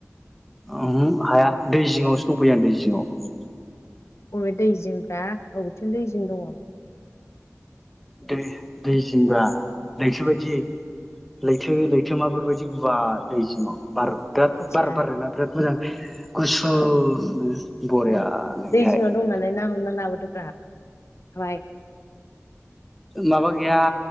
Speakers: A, in the centre; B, on the left.
A: ओहो हाया दै जिङावसो दंफैयो आं दै जिङाव
B: बबे दै जिंब्रा बबेथिं दै जिं दङ
A: दै दै जिंब्रा लैथो बायदि लैथो लैथोमाफोरबायदि गुवार दै जिङाव बार बिराद
B: आदसा
A: बारा बारो ना बिराद मोजां गुसुनो बरियानो
B: ओं दै
A: बेहाय
B: जिङाव दं नालाय ना हमना लाबोदों <unintelligible>
A: माबा गैया